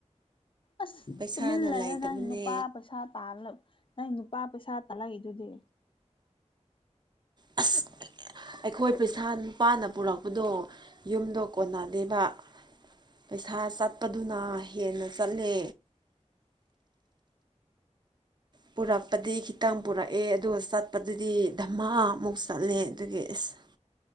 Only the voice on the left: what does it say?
ꯑꯁ
ꯇꯨꯃꯤꯟ ꯂꯩꯌꯣ
ꯅꯪ ꯅꯨꯄꯥ ꯄꯩꯁꯥ ꯇꯥ ꯅꯪ ꯅꯨꯄꯥ ꯄꯩꯁꯥ ꯇꯥꯂꯛꯏꯗꯨꯗꯤ